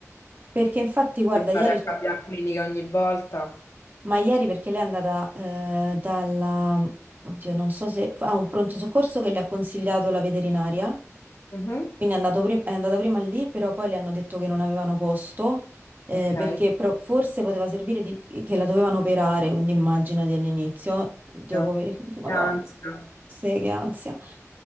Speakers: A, on the right; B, on the left.
A: Perché infatti, guarda,
B: che
A: ieri
B: fate a
A: c'ho-
B: cambiare clinica ogni volta.
A: ma ieri perché lei è andata eh, dalla... Oddio, non so se... a un pronto soccorso che le ha consigliato la veterinaria.
B: Mhm.
A: Quindi è andato pri- è andata prima lì, però poi le hanno detto che non avevano posto, eh,
B: Ok,
A: perché pro- forse poteva servire di- che la dovevano operare, quindi immaginati all'inizio, Dio
B: Io.
A: poveri, <laughs> Madonna.
B: Ansia,
A: Sì, che ansia.